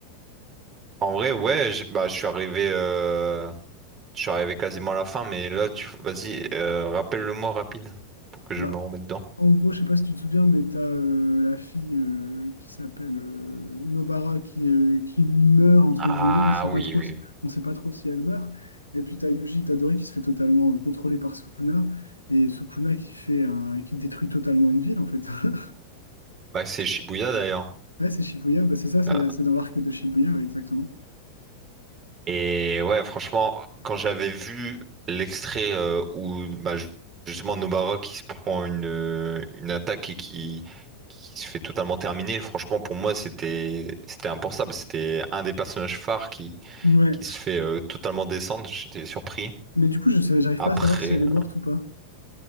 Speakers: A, on the right; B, on the left.
A: En vrai, ouais, j'- bah, je suis arrivé. euh, Je suis arrivé quasiment à la fin, mais là, tu... vas-y, euh, rappelle-le-moi rapide pour que je
B: Bah,
A: me remette dedans.
B: En gros, je sais pas si tu te souviens, mais t'as as la fille euh, qui s'appelle euh, Nobara qui, euh, qui meurt, entre
A: Ah
B: guillemets. On sait
A: oui,
B: pas trop,
A: oui.
B: si-
A: oui.
B: on sait pas trop si elle meurt. Et puis t'as as Yuji Itadori qui se fait totalement euh, contrôler par Sukuna. Et Sukuna qui fait un- qui détruit totalement une ville, en fait. <laughs>
A: Bah, c'est Shibuya d'ailleurs.
B: Ouais, c'est Shibuya. Bah, c'est ça, c'est
A: Bah,
B: là. c'est dans l'arc de Shibuya, ouais, exactement.
A: Et ouais, franchement, quand j'avais vu l'extrait euh, où bah, ju- justement Nobara qui se prend une, euh, une attaque et qui, qui se fait totalement terminer, franchement, pour moi, c'était c'était impensable. C'était un des personnages phares qui,
B: Ouais,
A: qui se fait euh, totalement descendre. J'étais surpris.
B: Mais du coup, je sais, j'arrive
A: Après,
B: pas à savoir si elle est morte ou pas.